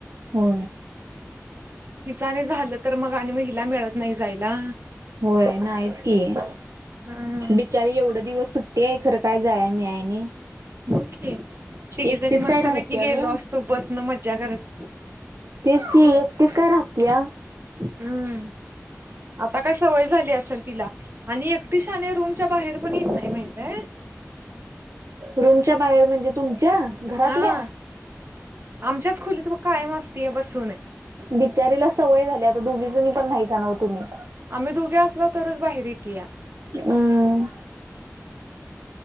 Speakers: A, on the right (about 75°); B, on the right (about 45°).
A: हो
B: हिच आणि झालं तर मग आणि महिला मिळत नाही जांयला.
A: होय नाहीच की.
B: हम्म
A: बचारी एवढं दिवस सुट्टी आहे खरं काय जाय मीळाय नाही.
B: बघ की तिघी
A: एकटीच
B: जणी मस्त
A: काय राहत्या
B: पैकी गेलो
A: ग
B: असतो बसन मज्जा करत.
A: तेच की एकटी स काय राहत्या.
B: हम् आता काय सवय झाली असेल तिला, आणि एकटि शानी रूमच्या बाहेर पण येत नाही माहितय.
A: रूमच्या बाहेर म्हणजे तुमच्या घरातल्या?
B: हा आमच्याच खोलीत बघ कायम असते या बसून-
A: बिचारीला सवय झाली आता दोघीचणी पण नाहीसा नव तुम्ही-
B: आम्ही दुघी असलो तरच बाहेर यीत्या.
A: हम्म